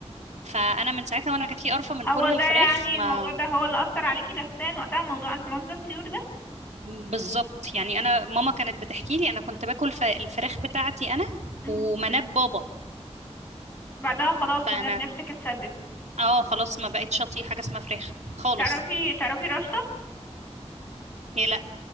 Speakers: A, on the right; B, on the left.
A: فانا من ساعتها وانا جات لي قرفه من
B: هو
A: كل
B: ده
A: الفراخ
B: يعني
A: ما
B: الموضوع ده هو اللي اثر عليكي نفسيا وقتها موضوع انفلونزا الطيور ده
A: بالظبط يعني انا ماما كانت بتحكي لي انا كنت باكل ف- الفراخ بتاعتي انا
B: مهم.
A: ومناب بابا
B: بعدها خلاص
A: فانا
B: ن- نفسك اتسدت
A: اه خلاص ما بقتش اطيق حاجه اسمها فراخ خالص
B: تعرفي تعرفي رشطة
A: هي لا